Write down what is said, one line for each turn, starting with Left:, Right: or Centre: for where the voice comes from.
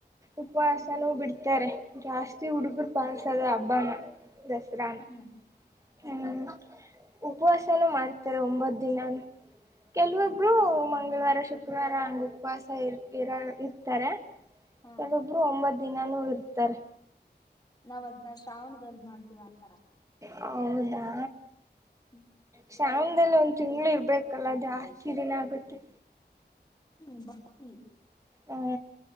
Right: ಉಪವಾಸನೂ ಬಿಡ್ತಾರೆ ಜಾಸ್ತಿ ಹುಡುಗರು ಪಾಲ್ <unintelligible> ದಸರಾನ
Left: ಹ್ಮ್
Right: ಹ್ಮ್ ಉಪವಾಸನೂ ಮಾಡ್ತಾರೆ ಒಂಬತ್ ದಿನನು ಕೆಲವಬ್ ಹ್ಮ್ ಮಂಗಳವಾರ ಶುಕ್ರವಾರ ಹಂಗ ಉಪವಾಸ ಇ ಇರ ಲ್ ಇರ್ತಾರೆ
Left: ಹಾ
Right: ಕೆಲ್ಲೊಬ್ರು ಒಂಬತ್ ದಿನಾನೂ ಇರ್ತಾರೆ.
Left: ನಾವ್ ಅದ್ನ ಶ್ರಾವಣ್ ದಲ್ ಮಾಡ್ತೀವ ಆತರ.
Right: ಹೌದಾ.
Left: ಹ್ಮ್.
Right: ಶ್ರಾವಣದಲ್ಲಿ ಒಂದ್ ತಿಂಗ್ಳು ಇರ್ಬೇಕಲ್ಲಾ ಜಾಸ್ತಿ ದಿನಾ ಆಗುತ್ತೆ.
Left: ಹ್ಮ್ ಬಾ ಹ್ಞೂ.
Right: ಹಾ.